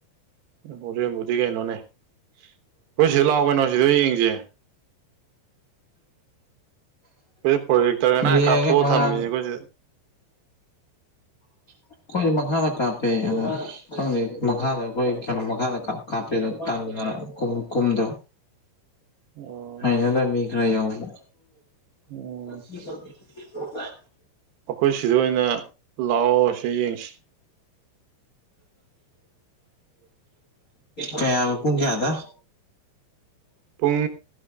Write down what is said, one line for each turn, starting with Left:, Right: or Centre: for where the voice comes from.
Right: <unintelligible> ꯀꯩꯅꯣꯅꯦ ꯑꯩꯈꯣꯏ ꯁꯤꯗ ꯂꯥꯛꯑꯣ ꯀꯩꯅꯣ ꯁꯤꯗ ꯑꯣꯏꯅ ꯌꯦꯡꯁꯤ ꯑꯩꯈꯣꯏ ꯄ꯭ꯔꯣꯖꯦꯛꯇꯔ ꯑꯅ
Left: ꯌꯦꯡꯉꯦ
Right: ꯀꯥꯞꯊꯣꯛꯑ
Left: ꯃꯉꯥꯟ
Right: ꯊꯝꯃꯤꯅꯦ ꯑꯩꯈꯣꯏ ꯁꯤꯗ
Left: ꯑꯩꯈꯣꯏꯗꯤ ꯃꯈꯥꯗ ꯀꯥꯞꯄꯦ ꯑꯗ ꯈꯪꯗꯦ ꯃꯈꯥꯗ ꯑꯩꯈꯣꯏ ꯀꯩꯅꯣ ꯃꯈꯥꯗ ꯀꯥꯞ ꯀꯥꯞꯄꯦꯅ ꯇꯟꯗꯅ ꯀꯨꯝ ꯀꯨꯝꯗꯕ
Right: <inaudible> ꯑꯣ
Left: ꯍꯩꯅꯗꯕ ꯃꯤ ꯈꯔ ꯌꯥꯎꯕ
Right: ꯎꯝ
Left: <inaudible>
Right: ꯑꯩꯈꯣꯏ ꯁꯤꯗ ꯑꯣꯏꯅ ꯂꯥꯛꯑꯣ ꯁꯤ ꯌꯦꯡꯁꯤ
Left: ꯀꯌꯥꯕ ꯄꯨꯡ ꯀꯌꯥꯗ
Right: ꯄꯨꯡ